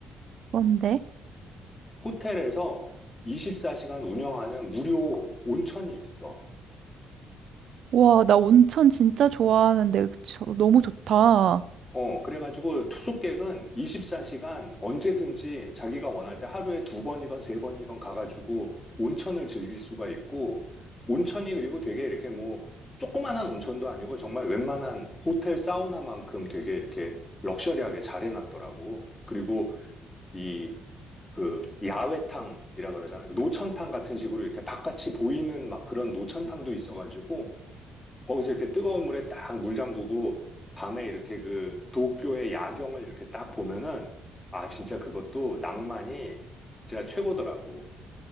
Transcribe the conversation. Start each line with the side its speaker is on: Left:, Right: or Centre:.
Right: 뭔데?
Left: 호텔에서 24시간 운영하는 무료 온천이 있어.
Right: 와, 나 온천 진짜 좋아하는데, 저- 너무 좋다.
Left: 어, 그래가지고 투숙객은 24시간 언제든지 자기가 원할 때 하루에 두 번이건 세 번이건 가가지고 온천을 즐길 수가 있고, 온천이 그리고 되게 이렇게 뭐, 조그만한 온천도 아니고 정말 웬만한 호텔 사우나만큼 되게 이렇게 럭셔리하게 잘 해놨더라고. 그리고 이 그 야외탕이라 그러잖아요. 그 노천탕 같은 식으로 이렇게 바깥이 보이는 막 그런 노천탕도 있어가지고 거기서 이렇게 뜨거운 물에 딱 물 잠그고 밤에 이렇게 그 도쿄의 야경을 이렇게 딱 보면은 아 진짜 그것도 낭만이 진짜 최고더라고.